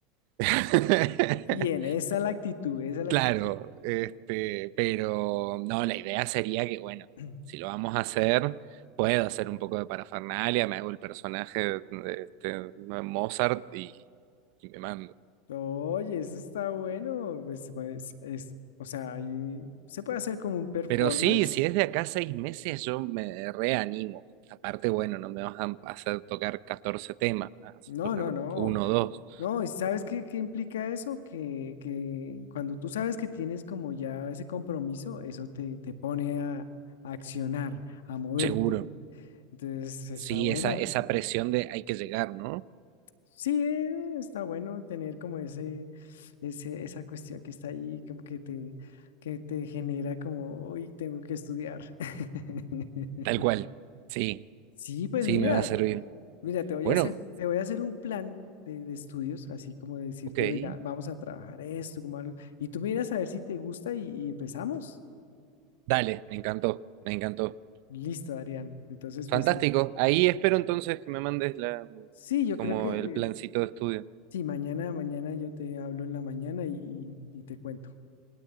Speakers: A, on the right; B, on the left.
A: <laughs>
B: Bien, esa es la actitud, esa es la
A: Claro,
B: actitud.
A: este, pero no, la idea sería que, bueno,
B: <clears throat>
A: si lo vamos a hacer, puedo hacer un poco de parafernalia, me hago el personaje de, este, Mozart y, y me mando.
B: Oye, eso está bueno. Pues, pues, es, o sea, ahí se puede hacer como un performance.
A: Pero sí, si es de acá a seis meses, yo me reanimo. Aparte, bueno, no me vas a hacer tocar 14 temas, me vas a hacer
B: No,
A: tocar
B: no, no.
A: uno o dos,
B: No, ¿y sabes qué, qué implica eso? Que, que cuando tú sabes que tienes como ya ese compromiso, eso te, te pone a, a accionar, a moverte.
A: seguro.
B: Entonces está
A: Sí,
B: bueno.
A: esa, esa presión de hay que llegar, ¿no?
B: Sí, eh, está bueno tener como ese, ese, esa cuestión que está ahí, como que te, que te genera como, hoy tengo que estudiar. <laughs>
A: Tal cual. Sí,
B: Sí, pues
A: sí,
B: mira,
A: me va a servir.
B: Mira, te voy
A: Bueno,
B: a hacer, te voy a hacer un plan de, de estudios, así como de decirte,
A: ok.
B: mira, vamos a trabajar esto, como algo, y tú miras a ver si te gusta y, y empezamos.
A: Dale, me encantó, me encantó.
B: Listo, Adrián. Entonces,
A: Fantástico.
B: pues eh,
A: Ahí espero entonces que me mandes la,
B: sí, yo
A: como
B: creo que
A: el plancito de estudio.
B: sí, mañana, mañana yo te hablo en la mañana y, y y te cuento.